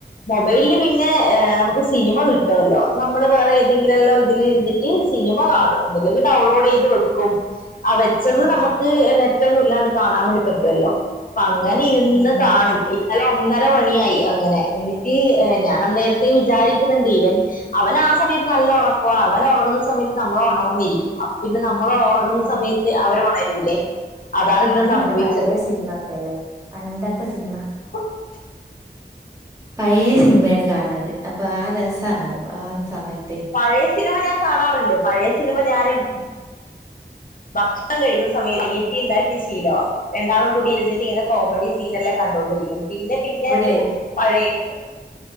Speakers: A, on the left; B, on the right.
A: മൊബൈലില് പിന്നെ നമുക്ക് സിനിമ കിട്ടുമല്ലോ നമ്മള് വേറെ ഏതെങ്കിലുമെല്ലാം ഇതിൽ ഇരുന്നിട്ട് സിനിമ കാണും ഒന്നില്ലെങ്കിൽ ഡൗൺലോഡ് ചെയ്ത് വെക്കും ആ വെച്ചത്
B: ഉം
A: നമുക്ക് നെറ്റൊന്നും ഇല്ലാണ്ട് കാണാൻ വേണ്ടി പറ്റുവല്ലോ അപ്പ അങ്ങനെ ഇരുന്ന്
B: ഉം
A: കാണും അല്ല ഒന്നര മണിയായി അങ്ങനെ എന്നിട്ട് ഞാൻ അന്നേരത്തെ വിചാരിക്കുന്നുണ്ട് ഇവൻ അവന ആ സമയത്ത് നല്ല ഉറക്കവാ അവൻ ഉറങ്ങുന്ന സമയത്ത് നമ്മൾ ഉണർന്നിരിക്കും അപ്പൊ പിന്നെ നമ്മ നമ്മള് ഉറങ്ങുന്ന
B: ഉം
A: സമയത്ത് അവര് ഉണരൂല്ലേ അതാണ്
B: ഞാനും
A: ഇന്ന് സംഭവിച്ചത്
B: അല്ല പഴയ <unintelligible> പണ്ടത്തെ സിനിമ
A: <inaudible>
B: പഴയ സിനിമയാണ് കാണാറ് അപ്പൊ ആ രസാണ് ആ സമയത്തെ
A: പഴയ സിനിമ ഞാൻ കാണാറുണ്ട് പഴയ സിനിമ ഞാനും ഭക്ഷണം കഴിക്കുന്ന സമയം അനിയത്തി ഉണ്ടാക്കിയ ശീലമാണ് രണ്ടാളും കൂടി ഇരുന്നിട്ട് ഇങ്ങനെ കോമഡി സീനെല്ലാം കണ്ടോണ്ടിരിക്കും പിന്നെ പിന്നെ
B: ഇവിടെ
A: അത് പഴയത്